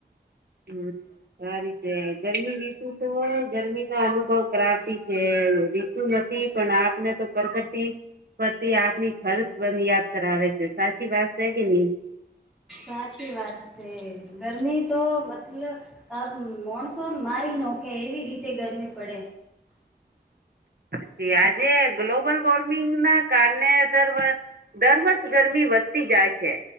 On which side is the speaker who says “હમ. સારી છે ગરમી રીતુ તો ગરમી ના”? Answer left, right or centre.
Right